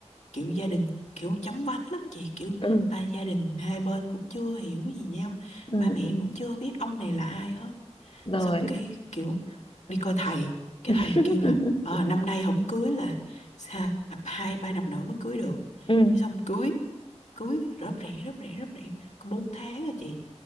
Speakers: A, on the left; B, on the left.
A: kiểu gia đình kiểu chóng vánh lắm chị kiểu
B: ừ
A: ba gia đình hai bên cũng chưa hiểu gì nhau
B: ừ
A: ba mẹ
B: ừ.
A: cũng chưa biết ông này là ai hết
B: rồi
A: xong cái kiểu đi coi thầy cái thầy
B: <laughs>
A: kêu là ờ năm nay không cưới là sao hai ba năm nữa mới cưới được
B: ừ
A: cái xong cưới cưới rớp rẻ rớp rẻ rớp rẻ có bốn tháng rồi chị